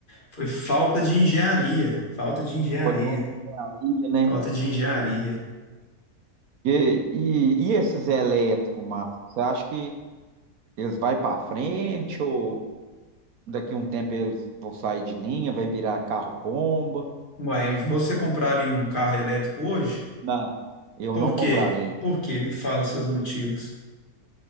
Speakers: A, on the left; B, on the right.
A: foi falta de engenharia, falta de engenharia,
B: foi só de engenharia, né?
A: falta de engenharia.
B: E, e, e esses elétricos, Márcio? Você acha que eles vão para frente ou daqui a um tempo eles vão sair de linha, vai virar carro bomba?
A: Uai, você compraria um carro elétrico hoje?
B: Não, eu
A: Por
B: não comprarei.
A: quê? Por quê? Me fala os seus motivos.